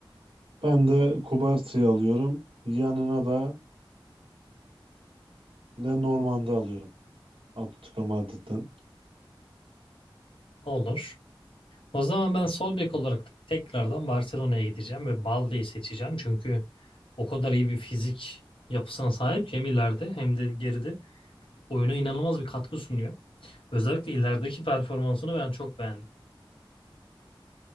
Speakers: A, on the right; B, on the left.
A: Ben de Kubarti'yi alıyorum. Yanına da Lenormand'ı alıyorum. Atletico Madrid'den.
B: Olur. O zaman ben sol bek olarak tekrardan Barcelona'ya gideceğim ve Balde'yi seçeceğim. Çünkü o kadar iyi bir fizik yapısına sahip ki hem ileride hem de geride oyuna inanılmaz bir katkı sunuyor. Özellikle ilerideki performansını ben çok beğendim.